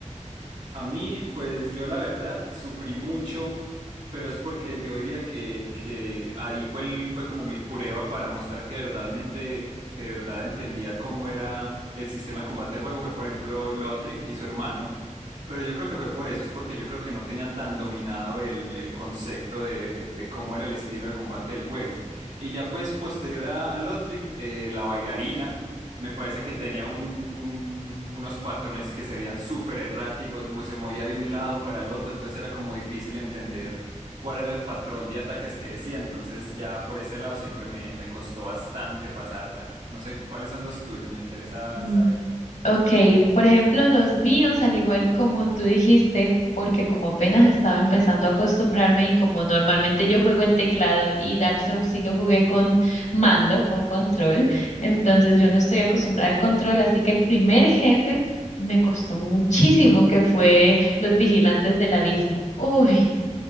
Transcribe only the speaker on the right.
A mí, pues yo la verdad sufrí mucho, pero es porque yo diría que, que ahí fue, el- fue como mi prueba para mostrar que verdaderamente, que de verdad entendía cómo era el sistema de combate del juego. Fue, por ejemplo, Lothric y su hermano. Pero yo creo que fue por eso, es porque yo creo que no tenía tan dominado el, el concepto de, de cómo era el estilo de combate del juego. Y ya pues posterior a, a Lothric, eh, la bailarina. Me parece que tenía un, un- unos patrones que se veían súper erráticos, mo- se movía de un lado para el otro, entonces era como difícil entender cuál era el patrón de ataques que decía, entonces ya por ese lado siempre me, me costó bastante pasarla. No sé cuáles son los tuyos, me interesa
saber.